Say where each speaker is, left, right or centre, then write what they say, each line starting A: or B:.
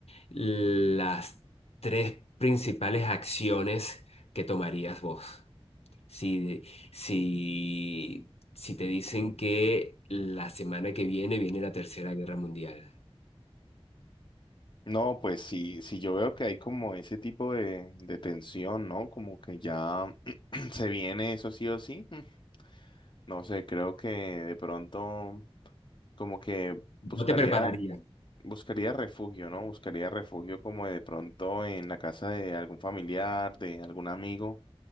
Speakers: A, on the left; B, on the left.
A: las tres principales acciones que tomarías vos. Si, si, si te dicen que la semana que viene viene la Tercera Guerra Mundial,
B: No, pues sí, sí yo veo que hay como ese tipo de, de tensión, ¿no? Como que ya <clears throat> se viene eso sí o sí. <laughs> No sé, creo que de pronto como que buscaría,
A: no te prepararías.
B: buscaría refugio, ¿no? Buscaría refugio como de pronto en la casa de algún familiar, de algún amigo,